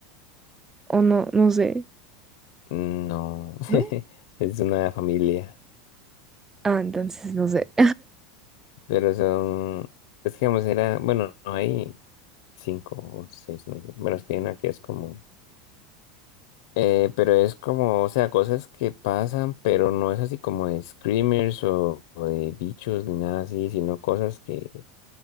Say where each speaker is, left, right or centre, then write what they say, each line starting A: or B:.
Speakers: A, on the right (about 15°); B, on the left (about 65°).
A: o no, no sé,
B: No, <laughs>
A: ¿no?
B: es una familia.
A: Ah, entonces no sé.
B: Pero son, es que vamos, era, bueno, no hay cinco o seis, no sé. Bueno, es que hay una que es como, eh, pero es como, o sea, cosas que pasan, pero no es así como de screamers o, o de bichos ni nada así, sino cosas que,